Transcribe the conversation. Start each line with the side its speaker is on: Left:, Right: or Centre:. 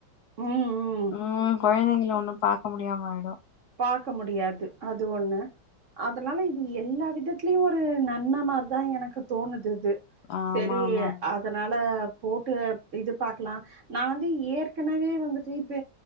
Right: ம் உம்
Left: உம் கொழந்தைங்கள ஒண்ணூ பாக்க முடியாமாயிடும்
Right: பாக்க முடியாது அது ஒன்னு அதுனால இது எல்லா விதத்துலேயு ஒரு நன்ன நாரூ தா எனக்கு தோணுது இது
Left: ஆமா,
Right: செரி
Left: ஆமாங்க.
Right: அதனால போட்டு இது பாக்கலா நா வந்து ஏற்கனவே வந்துட்டு இப்ப